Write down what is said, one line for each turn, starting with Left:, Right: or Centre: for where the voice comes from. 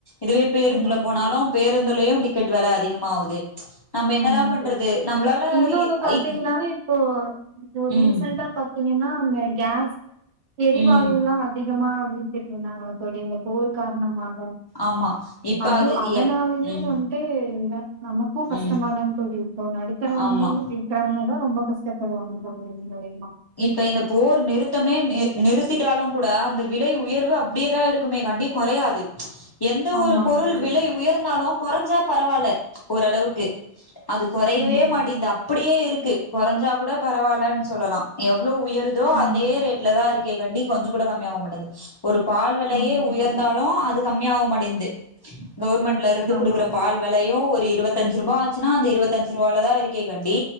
Left: இதுவே பேருந்துல
Right: ஆமாங்க
Left: போனாலு
Right: தோழி.
Left: பேரு ருந்துலயு டிக்கெட் வெல அதிகமாவுது நம்ம என்னதா
Right: ஆமாங்க
Left: பண்றது
Right: தோழி.
Left: நம்ளால
Right: இன்னொன்னு
Left: இ
Right: பாத்தீங்கனாலே
Left: ஐ
Right: இப்போ இப்போ ரீசன்டா
Left: ம்
Right: பாத்தீங்கன்னா அந்த கேஸ் எரிவாயுலா
Left: ம்
Right: அதிகமா வீத்துட்டு இருந்தாங்கள தோழி இந்த போர் கார்ணமா ம்
Left: ஆமா இப்ப
Right: அது அதனாலயையு
Left: என் ம்
Right: வ ந்து ந நமக்கு கஷ்டமாதான்
Left: ம்
Right: தோழி இருக்கு நடுத்தரவங்க
Left: ஆமா
Right: இருக்கவங்கதா ரொம்ப கஷ்டப்படுவாங்க தோழி இது மூலிமா
Left: இப்ப இந்த போர் நிறுத்தமே நிர் நிறுத்திட்டாலு கூட அந்த விலை உயர்வு அப்படியேதா இருக்குமே கண்டி கொறையாது எந்த
Right: ஆமாங்
Left: ஒரு பொருள்
Right: தோழி
Left: விலை உயர்ந்தாலு கொறஞ்சா பரவால்ல ஓரளவுக்கு அது கொறையவே
Right: ஆமாங்
Left: மாட்டேன்து அப்படியே இருக்கு குறஞ்சா கூட பரவாயில்லன் சொல்லலா எவ்வளோ உயருதோ
Right: ஆமாங்க
Left: அதே ரேட்ல தா இருக்கே கண்டி கொஞ்ச கூட கம்மியாக மாட்டன்து ஒரு பால் வெலையே
Right: ஆமாங்
Left: உயர்ந்தாலு
Right: தோழி
Left: அது கம்மியா மாட்டேன்ந்து கவர்மெண்ட்ல இருந்து
Right: ஆமாங்
Left: கொடுக்குற பால் வெலையு ஒரு இருவத்தஞ்சு ரூப ஆச்சுன்னா அந்த இருவத்தஞ்சு ரூவால தா இருக்கே கண்டி